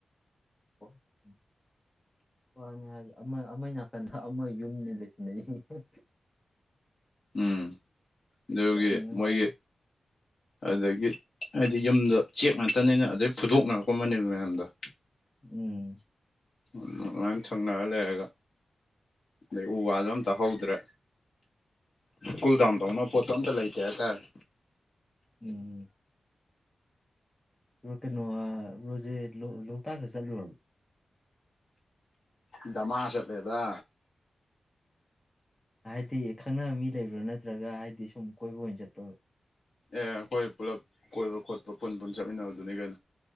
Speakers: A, on the left; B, on the left.
A: <unintelligible> ꯋꯥꯅꯤ ꯍꯥꯏꯖꯨ ꯑꯃ ꯑꯃꯒꯤ ꯅꯥꯀꯟꯗ ꯑꯃ ꯌꯨꯝꯅꯤ ꯂꯩꯁꯟꯅꯩꯖꯤꯡꯁꯦ
B: ꯎꯝ ꯑꯗꯨꯒꯤ
A: ꯒ꯭ꯌꯥꯟ ꯃꯦꯟ ꯑꯝ
B: ꯃꯣꯏꯒꯤ
A: ꯇꯥ
B: ꯑꯗꯒꯤ ꯍꯥꯏꯗꯤ ꯌꯨꯝꯗꫭ ꯆꯦꯛ ꯉꯥꯛꯇꯅꯤꯅ ꯑꯗꯩ ꯐꯨꯗꯣꯛꯅꯔꯛꯄ ꯃꯅꯤꯟ ꯃꯌꯥꯝꯗꫭ
A: ꯎꯝ
B: <unintelligible> ꯊꯪꯅꯔ ꯂꯩꯔꯒ ꯑꯗꯩ ꯎ ꯋꯥꯖꯨ ꯑꯝꯇ ꯍꯧꯗ꯭ꯔꯦ ꯀꯨꯜ ꯗꯥꯎꯟ ꯇꯧꯅꯕ ꯄꯣꯠꯇꯣ ꯑꯝꯇ ꯂꯩꯇꯦ ꯍꯥꯏꯇꯥꯔꯦ
A: ꯎꯝ <unintelligible> ꯔꯣꯖꯦ ꯂꯣꯛꯇꯥꯛꯀ ꯆꯠꯂꯨꯔꯕꫭ
B: ꯗꯃꯥꯥ ꯆꯠꯂꯦꯗ
A: ꯍꯥꯏꯗꯤ ꯈꯪꯅꯕ ꯃꯤ ꯂꯩꯕ꯭ꯔ ꯅꯠꯇ꯭ꯔꯒ ꯍꯥꯏꯗꯤ ꯁꯨꯝ ꯀꯣꯏꯕ ꯑꯣꯏꯅ ꯆꯠꯄ꯭ꯔꯕ
B: ꯑꯦ ꯑꯩꯈꯣꯏ ꯄꯨꯂꯞ ꯀꯣꯏꯕ ꯈꯣꯠꯄ ꯄꯨꯟ ꯄꯨꯟ ꯆꯠꯃꯤꯟꯅꯕꯗꯨꯅꯤ ꯀꯩꯅꯣ